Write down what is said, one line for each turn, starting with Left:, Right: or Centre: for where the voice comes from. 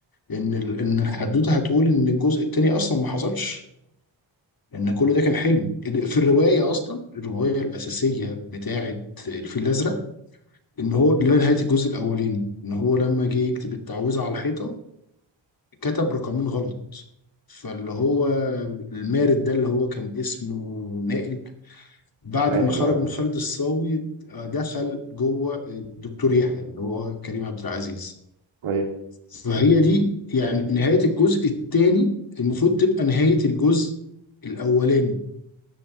Left: ان ال- ان الحدوته هتقول ان الجزء الثاني اصلا ما حصلش ان كل ده كان حلم إن في الروايه اصلا الروايه الاساسيه بتاعه الفيل الازرق ان هو اللي هي نهايه الجزء الاولاني ان هو لما جه يكتب التعويذه على الحيطه كتب رقمين غلط فاللي هو المارد ده اللي هو كان اسمه نائل بعد
Right: ناقل
Left: ما خرج
Right: اه
Left: من خالد الصاوي آه، دخل جوه الدكتور يحيى اللي هو كريم عبد العزيز
Right: طيب
Left: فهي دي يعني نهاية الجزء الثاني المفروض تبقى نهاية الجزء الأولاني